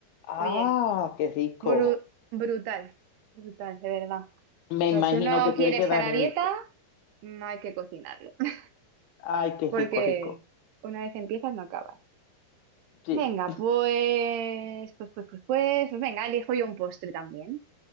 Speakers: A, on the right; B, on the left.
A: Oye,
B: Ah, qué rico.
A: bru- brutal, brutal, de verdad.
B: Me
A: O sea,
B: imagino
A: si uno
B: que tiene
A: quiere
B: que
A: estar
B: dar
A: a
B: rico.
A: dieta, no hay que cocinarlo,
B: Ay,
A: <laughs>
B: qué
A: porque
B: rico, rico.
A: una vez empiezas no acabas.
B: Sí,
A: Venga, pues, pues, pues, pues, pues, pues venga, elijo yo un postre también.